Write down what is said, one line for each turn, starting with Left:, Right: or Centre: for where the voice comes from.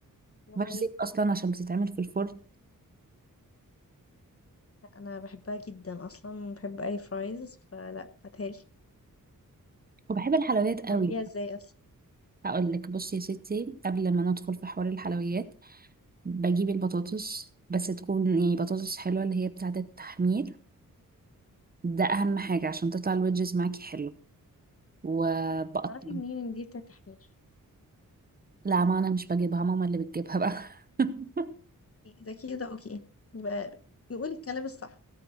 Left: ده
Right: ما
Left: حقيقي
Right: فيهاش زيت اصلا عشان بتتعمل في الفرن
Left: لا أنا بحبها جدا أصلا بحب أي فرايز فلا هاتهالي
Right: وبحب الحلويات
Left: تعمليها
Right: قوي
Left: ازاي أصلا
Right: هقول لك بصي يا ستي قبل ما ندخل في حوار الحلويات بجيب البطاطس بس تكون يعني بطاطس حلوة اللي هي بتاعة التحمير ده أهم حاجة عشان تطلع الويدجز معاكي حلو وبقطع
Left: تعرفي منين ان دي بتاعت تحمير
Right: لا ما أنا مش بجيبها ماما اللي بتجيبها بقى <laughs>
Left: ده كده اوكي يبقى نقول الكلام الصح